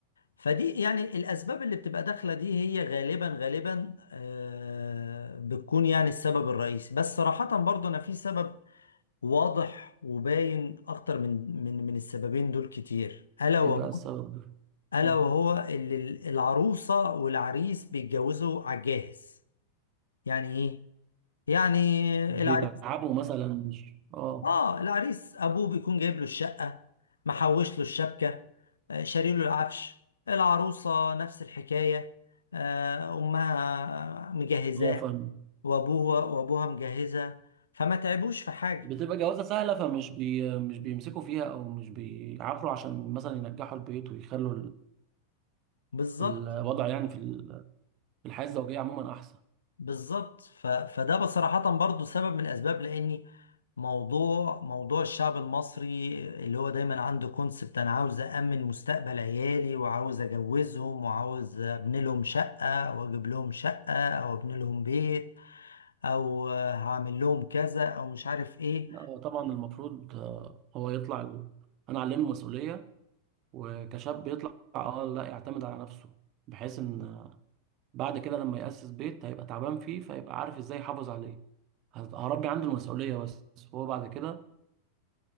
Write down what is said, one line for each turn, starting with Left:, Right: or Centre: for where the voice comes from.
Left: فدي يعني الأسباب اللي بتبقى داخلة دي هي غالبا غالبا آه، بتكون يعني السبب الرئيسي بس صراحة برضو أنا في سبب واضح وباين أكتر من من من السببين دول كتير ألا
Right: ايه
Left: وهو
Right: بقى السبب ده
Left: ألا
Right: مم.
Left: وهو اللي ال- العروسة والعريس بيتجوزوا على الجاهز يعني إيه؟ يعني
Right: مش
Left: العريس
Right: بيتعبوا مثلا مش اه
Left: اه العريس ابوه بيكون جايب له الشقه محوش له الشبكه آه، شاري له العفش العروسه نفس الحكايه آه، امها مجهزاه
Right: اه فاهم
Left: وابوها وابوها مجهزه فما تعبوش في حاجه
Right: بتبقى جوازة سهلة فمش بي... مش بيمسكوا فيها او مش بيعافروا عشان مثلا ينجحوا البيت ويخلوا ال-
Left: بالظبط
Right: الوضع يعني في ال... الحياة الزوجية عموما أحسن
Left: بالظبط ف... فده بصراحة برضو سبب من الأسباب لأني موضوع موضوع الشعب المصري اللي هو دايما عنده كونسبت أنا عاوز أأمن مستقبل عيالي وعاوز أجوزهم وعاوز أبني لهم شقة أو أجيب لهم شقة أو أبني لهم بيت أو هعمل لهم كذا أو مش عارف إيه
Right: لا هو طبعا المفروض آه، هو يطلع ال... أنا علمه المسؤولية وكشاب يطلع أه لا يعتمد على نفسه بحيث إن آه، بعد كده لما يأسس بيت هيبقى تعبان فيه فيبقى عارف إزاي يحافظ عليه هت- هربي عنده المسؤولية بس هو بعد كده